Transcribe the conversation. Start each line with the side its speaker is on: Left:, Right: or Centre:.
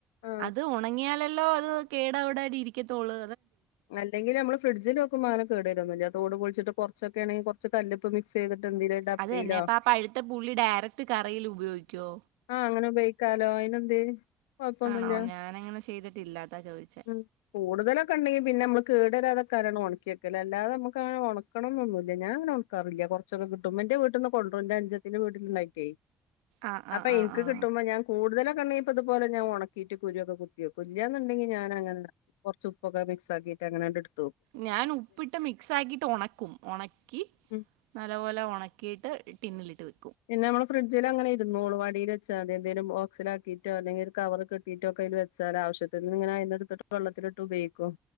Left: ആ
Right: അത് ഉണങ്ങിയാലല്ലോ അത് കേടാവിട ഇരിക്കത്തോള്ളൂ
Left: അല്ലെങ്കിൽ നമ്മള് ഫ്രിഡ്ജിൽ വക്കുമ്പോ അങ്ങന കേടുവര്വോന്നുല്ല തോട് പൊളിച്ചിട്ട് കൊറച്ചൊക്കെ ആണെങ്കി കുറച്ച് കല്ലുപ്പ് മിക്സ് ചെയ്തിട്ട് എന്തെലും ഡപ്പയിലോ
Right: അതുതന്നെ അപ്പൊ ആ പഴുത്ത പുള്ളി ഡയറക്ട് കറിയിൽ ഉപയോഗിക്കോ
Left: ആഹ് അങ്ങനെ ഉപയോഗിക്കാലോ അയിന്ന്ന്ത് കൊഴപ്പൊന്നുമില്ല
Right: ആണോ ഞാനങ്ങനെ ചെയ്തിട്ടില്ല അതാ ചോദിച്ചേ
Left: ഉം കൂടുതലൊക്കെ ഉണ്ടെങ്കി പിന്നെ നമ്മള് കേട് വരാതെ ാര ഉണക്കി വയ്ക്കല് അല്ലാതെ നമ്മക്കങ്ങനെ ഒണക്കണംന്നൊന്നൂല്ല ഞാൻ ങ്ങന ഉണക്കാറില്ല കുറച്ചൊക്കെ കിട്ടുമ്പോ എന്റെ വീട്ടന്ന് ന്റെ അന്ജത്തിന്റെ വീട്ടിലുണ്ടായിറ്റേ
Right: ആഹ്
Left: അപ്പൊ
Right: ആഹ് ആഹ്
Left: എനിക്ക്
Right: ആഹ്
Left: കിട്ടുമ്പോ ഞാൻ കൂടുതലും ഇനീപ്പോ ഇതു പോലെ ഞാനുണക്കീട്ട് കുരുവൊക്കെ കുത്തിവക്കും ഇല്യാന്നുണ്ടെങ്കി ഞാനങ്ങനെ കുറച്ച് ഉപ്പൊക്കെ മിക്സ് ആക്കി അങ്ങന <inaudible>
Right: ഞാൻ ഉപ്പിട്ട് മിക്സ് ആക്കിട്ട് ഉണക്കും ഉണക്കി
Left: ഉം
Right: നല്ലപോലെ ഉണക്കിയിട്ട് ടിന്നിലിട്ട് വെക്കും
Left: പിന്നെ നമ്മള് ഫ്രിഡ്ജില് അങ്ങനെ മോൾുവാടിയിൽെച്ചാ <unintelligible> അതെന്തെലും ബോക്സിലാക്കിയിട്ടോ അല്ലെങ്കിൽ ഒരു കവർ കെട്ടീട്ടൊക്കെ അതില് വെച്ചാൽ ആവശ്യത്തനിങ്ങനെ എന്നെടുത്തിട്ട് വെള്ളത്തിലിട്ട് ഉപയോഗിക്കും